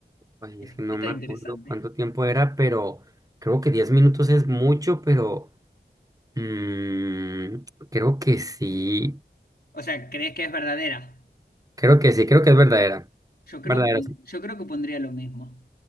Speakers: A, on the right; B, on the left.
A: Ay,
B: Esta,
A: es que no
B: esta
A: me
B: es interesante.
A: acuerdo cuánto tiempo era, pero creo que 10 minutos es mucho, pero mm, creo que sí.
B: O sea, ¿crees que es verdadera?
A: Creo que sí, creo que es verdadera.
B: Yo creo
A: Verdadera.
B: que, pon- yo creo que pondría lo mismo.